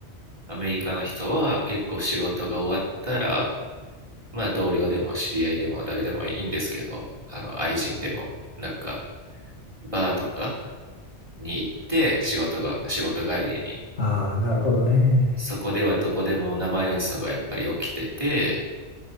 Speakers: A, on the right; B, on the left.
A: アメリカの人は結構仕事が終わったらまあ同僚でも知り合いでも誰でもいいんですけど、あの愛人でも、なんかバーとかに行って仕事が、仕事帰りに、
B: ああ、なるほどね。
A: そこではどこでも生演奏がやっぱり起きてて、